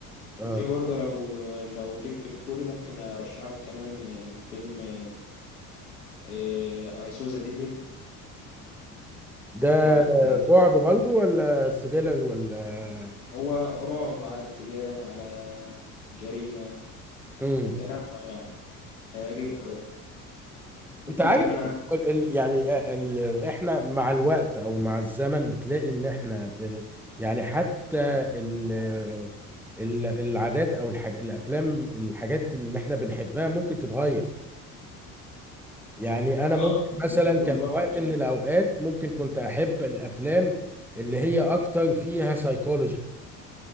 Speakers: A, in the centre; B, on the left.
A: اه
B: وفي برضه لو لو ليك في الكوري ممكن أرشح لك كمان آه، فيلم آه، I saw the devil
A: ده
B: واحد آه،
A: رعب برضه ولا سريلر ولا
B: هو رعب على انتقام على جريمة
A: امم
B: متنوع يعني هيعجبك أوي وفي
A: انت عارف
B: كمان
A: ال... ال... يعني آه ال... احنا مع الوقت او مع الزمن بتلاقي ان احنا ب... يعني حتى ال... ال... العادات او الحاج... الافلام الحاجات اللي احنا بنحبها ممكن تتغير يعني انا
B: اه
A: ممكن مثلا
B: بمرور
A: كان
B: الوقت
A: في وقت
B: فعلا
A: من الاوقات ممكن كنت احب الافلام اللي هي اكتر فيها سايكولوجي